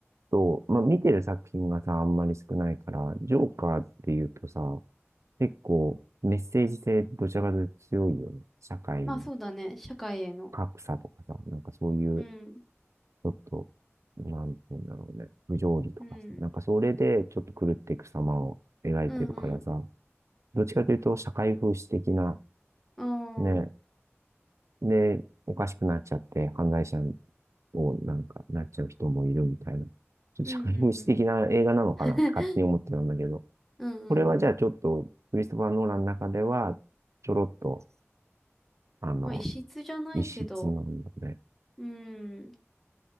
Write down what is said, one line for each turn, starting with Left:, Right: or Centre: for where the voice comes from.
Right: と、まあ、見てる作品がさ、あんまり少ないから、ジョーカーって言うとさ、結構メッセージ性どちらかというと強いよね。社会の
Centre: まあそうだね、社会への。
Right: 格差とかさ、なんかそういう、
Centre: うん、
Right: ちょっと、なんて言うんだろうね、不条理とかさ、
Centre: うん、
Right: なんかそれでちょっと狂っていく様を描いてるからさ、
Centre: うん、うん、
Right: どっちかというと社会風刺的な、
Centre: ああ
Right: ね、で、おかしくなっちゃって犯罪者をなんかなっちゃう人もいるみたいな、ちょっと社会風刺的な映画なのかなって勝手に思ってたんだけど、
Centre: うん、うん、うん、<laughs> うん、うん。
Right: これはじゃあちょっと、
Centre: うん
Right: クリストファー・ノーランの中では、ちょろっと、あの、
Centre: まあ、異質じゃないけど、
Right: 一室なんだね。
Centre: うん。